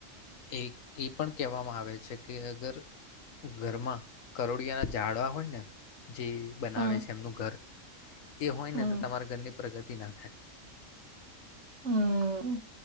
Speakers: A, on the left; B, on the right.
A: એ એ પણ કહેવામાં આવે છે કે અગર ઘરમાં કરોડિયાના જાડવા હોય ને જે બનાવે
B: હમ
A: છે એમનું ઘર એ હોય
B: હમ
A: ને તો તમારા ઘરની પ્રગતિ. <inaudible>
B: હમ